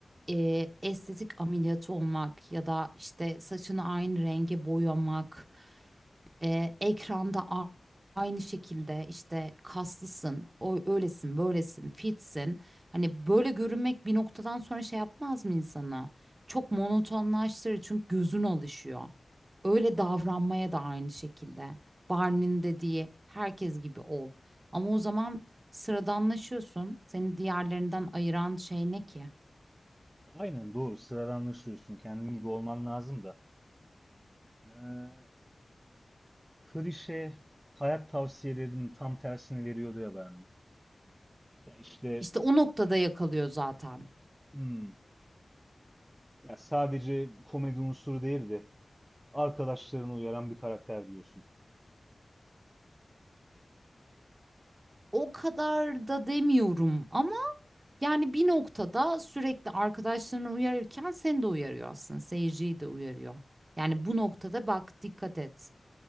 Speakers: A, on the right; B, on the right.
A: eee, estetik ameliyatı olmak ya da işte saçını aynı renge boyamak Eee, ekranda a- aynı şekilde işte kaslısın, o öylesin, böylesin, fitsin. Hani böyle görünmek bir noktadan sonra şey yapmaz mı insana? Çok monotonlaştırır çünkü gözün alışıyor. Öyle davranmaya da aynı şekilde. Barney'nin dediği herkes gibi ol. Ama o zaman sıradanlaşıyorsun. Seni diğerlerinden ayıran şey ne ki?
B: Aynen doğru. Sıradanlaşıyorsun. Kendin gibi olman lazım da. Ee, klişe hayat tavsiyelerinin tam tersini veriyordu ya Berni. Ya işte
A: İşte o noktada yakalıyor zaten.
B: hmm, ya sadece komedi unsuru değil de arkadaşlarını uyaran bir karakter diyorsun.
A: O kadar da demiyorum ama Yani bir noktada sürekli arkadaşlarını uyarırken seni de uyarıyor aslında. Seyirciyi de uyarıyor. Yani bu noktada bak dikkat et.